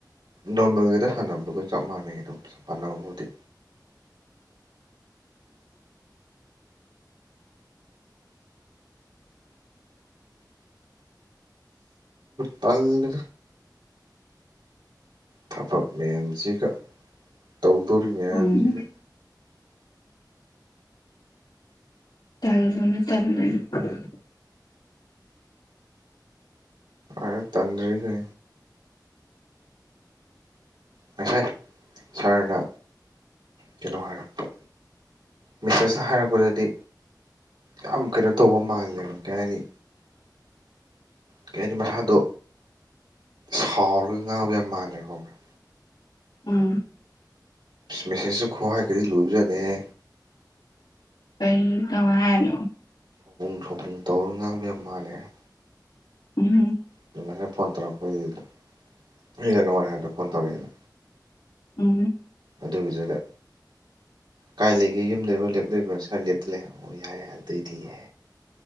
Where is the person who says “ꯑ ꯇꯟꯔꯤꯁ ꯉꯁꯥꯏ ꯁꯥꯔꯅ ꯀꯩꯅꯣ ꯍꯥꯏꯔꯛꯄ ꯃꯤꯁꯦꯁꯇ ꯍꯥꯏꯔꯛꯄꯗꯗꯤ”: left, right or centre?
Right